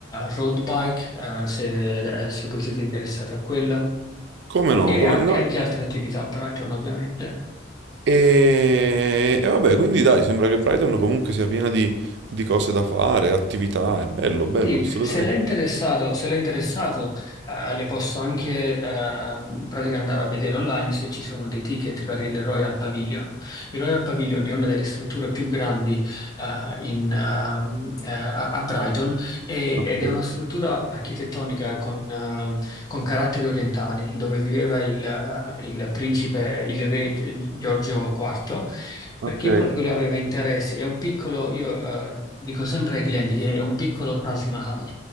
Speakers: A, on the left (about 20°); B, on the right (about 60°).
A: road bike, eh, se, eh, se voi siete interessati a quella,
B: Come no,
A: e,
B: come
A: a-
B: no.
A: e anche altre attività a Brighton, ovviamente.
B: E, e vabbè, quindi dai, sembra che Brighton comunque sia piena di, di cose da fare, attività, è bello, bello,
A: Sì,
B: assolutamente.
A: se l'è interessato, se l'è interessato, eh, le posso anche ehm, pratica andare a vedere online se ci sono dei ticket per il Royal Pavilion. Il Royal Pavilion è una delle strutture più grandi eh, in, ehm, eh, a a Brighton e-
B: Ok,
A: ed è una struttura architettonica con, ehm, con caratteri orientali, dove viveva il, eh, il principe, il re Gi- Giorgio IV.
B: ok.
A: Perché in pratica lui aveva interessi, è un piccolo, io eh, dico sempre ai clienti che è un piccolo Taj Mahal,